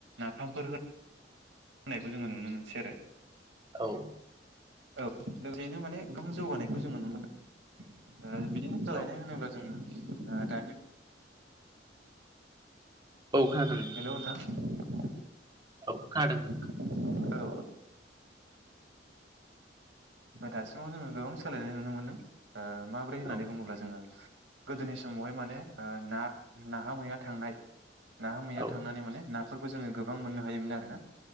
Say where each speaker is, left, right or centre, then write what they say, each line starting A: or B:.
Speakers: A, on the right; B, on the right.
A: नाफामफोर होन होननायखौ जोङो नुनो मोनसै आरो
B: औ
A: औ <unintelligible> नो माने गोबां जौगानायखौ जोङो नुनो मोन ओ बिदिनो सोलायनाय
B: औ औ खोनादों नोंथां
A: हेलौ नोंथां
B: औ खोनादों
A: <inaudible> गोदोनिफ्राय दासिमाव जोङो गोबां सोलायनाय नुनो मोनदों माब्रै
B: नोंथां
A: होननानै बुङोब्ला जोङो गोदोनि समावहाय माने ओ ना नाहा मैया थांनाय नाहा मैया
B: औ
A: थांनानै माने नाफोरखौ जोङो गोबां मोननो हायोमोन आरो ना